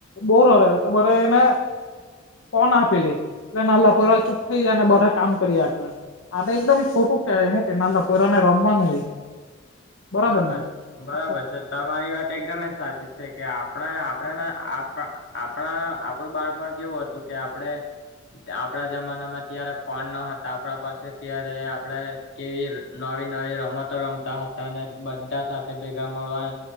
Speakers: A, on the left; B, on the left.
A: બો રરે હે તો બધો એને ફોન આપી લઈ, એટલે નન્હા પોયરા ચૂપ થઇ જાય, ને બધા કામ કર્યા કરે. આટે એકદમ ખોટું કેહેવાય, હું કે નાના પોયરાને રમવાનું હોય. બરાબર
B: હા ભાઈ,
A: ને
B: બરાબર
A: આખો
B: છે. તમારી વાત એકદમએ સાચી છે, કે આપણે આપણેને આપ આપણા, આપણું બાળપણ કેવું હતું કે, આપણે આપડા જમાનામાં ત્યારે ફોન ન હતા આપણા પાસે, ત્યારે આપડે કેવી નવી નવી રમતો રમતા હતા, અને બધા સાથે ભેગા મળવા ને